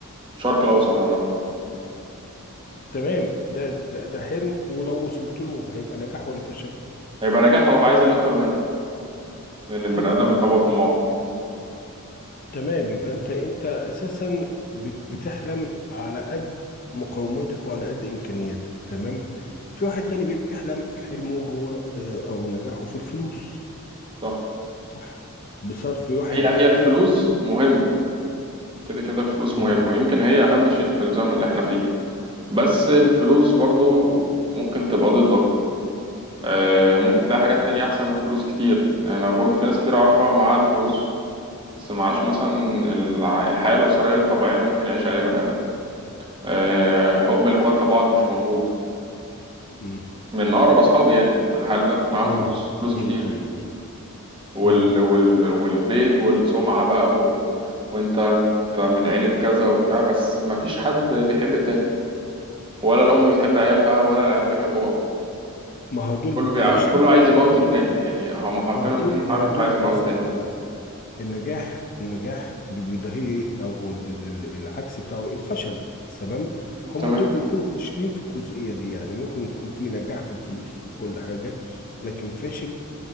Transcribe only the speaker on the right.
الشرق الاوسط عامه
هيبقى نجاح هو بقى عايز اللي اكتر منه لان البني
ادم
بيتبقى طماع
صح
هي
هي الفلوس مهمه كده كده الفلوس
مهمه ويمكن هي اهم شيء في الزمن اللي احنا فيه بس الفلوس برضو ممكن تبقى ضدك آه، ممكن تلاقي حاجات تانية احسن من فلوس كتير انا برضو في ناس كتير اعرفها معاها الفلوس بس معاش مثلا الع- الحياه الاسريه الطبيعيه اللي ممكن يعيشها اي بني ادم آه، حب الاخوات لبعض مش موجود
من اقرب اصحابي يعني في الحال ده معاهم
فلوس فلوس
كتير
وال...
وال... والبيت والسمعة بقى و... وانت انت من عيلة كذا وبتاع بس مفيش حد بيحب التاني ولا الأم بتحب عيالها ولا العيال بيحبوا بعض
كله
بيع...
كله
عايز يموت
التاني يعني هما حرفيا
وسط
المحاولة
كله
عايز يموت
التاني
تمام